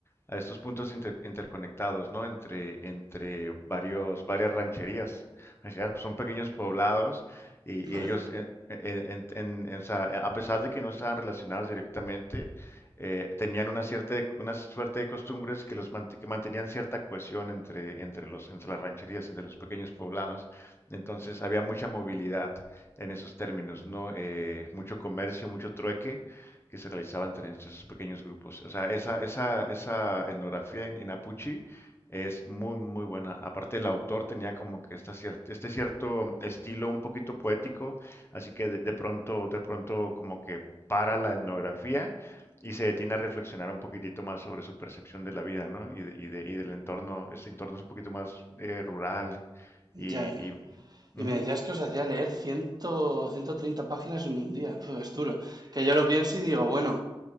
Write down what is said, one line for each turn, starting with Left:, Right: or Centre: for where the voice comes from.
Left: a estos puntos inter- interconectados, ¿no? Entre, entre varios, varias rancherías. Rancherías pues, son pequeños poblados y,
Right: Vale,
Left: y ellos, eh, eh, en- en- en- o sea, a pesar de que no estaban relacionados directamente, eh, tenían una cierta, una suerte de costumbres que los mant- que mantenían cierta cohesión entre, entre los, entre las rancherías, entre los pequeños poblados. Entonces había mucha movilidad en esos términos, ¿no? Eh, mucho comercio, mucho trueque que se realizaba entre esos pequeños grupos. O sea, esa, esa, esa etnografía en, en Apuche es muy, muy buena. Aparte, el autor tenía como que esta cier- este cierto estilo un poquito poético, así que de, de pronto, de pronto como que para la etnografía y se detiene a reflexionar un poquitito más sobre su percepción de la vida, ¿no? Y, de- y de- y del entorno, este entorno es un poquito más eh, rural
Right: ya,
Left: y,
Right: ya.
Left: y- ujú.
Right: Y me decías que os hacía leer cien, ciento treinta páginas en un día. <laughs> Pues es duro. Que yo lo pienso y digo, bueno,